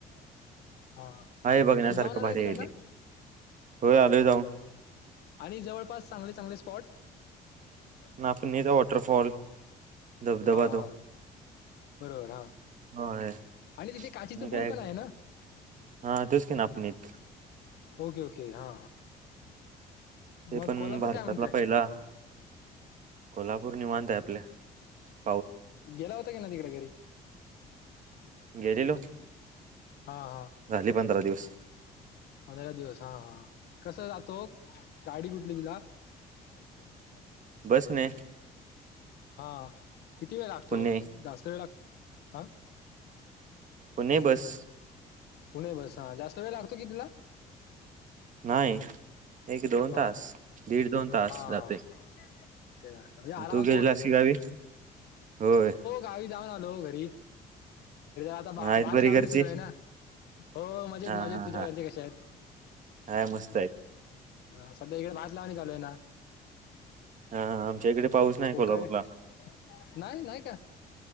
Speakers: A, on the left; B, on the right.
A: हा
B: बघण्यासारखं
A: तू जाऊन आला
B: भारी
A: का तिकडनं
B: आहे. होयआलो जाऊन
A: आणि चांगले चांगले स्पॉट जवळपास
B: ना पुणता वाटरफाॉल धबधबा
A: हा हा बरोबर हा
B: आहे. आणि
A: तिथे काचीचं
B: काय
A: पूल पण आहे ना
B: हा तूच की ना आपणत <unintelligible>
A: हा ओके ओके हा.
B: ते
A: मग
B: पण
A: कोल्हापूर
B: भारतातला
A: काय म्हणतय
B: पहिला कोला <unintelligible> पूर्णी मानतय आपले <unintelligible>
A: गेला होता का कधी घरी
B: गेलेलो
A: हा हा
B: झाली पंधरा दिवस
A: पंधरा दिवस हा हा कस जातो गाडी कुठली तुला <unintelligible>
B: बसणे.
A: हा किती वेळ लागतो
B: पुणे
A: जास्त वेळ लागतो का.
B: पुणे बस.
A: पुणे बस हा जास्त वेळ लागतो कि तुला
B: नाही एक दोन
A: <unintelligible> हा
B: तास दीड दोन तास
A: हा. हा.
B: जाते
A: म्हणजे आराम.
B: तू गेलेलास की गावी होय
A: गावी जाऊन आलो घरी आता
B: आहेत
A: भात
B: बरी
A: लावणी
B: घरची
A: सुरू आहे. तुझ्या
B: हा हा हा
A: घरचे कसे आहेत.
B: हाय मस्त आहेत
A: मजेत..... इकडे भात लावणी चालू आहे.
B: हो आमच्या इकडे पाऊस नाही..
A: हो
B: कोल्हापूरला
A: काय नाही नाही का?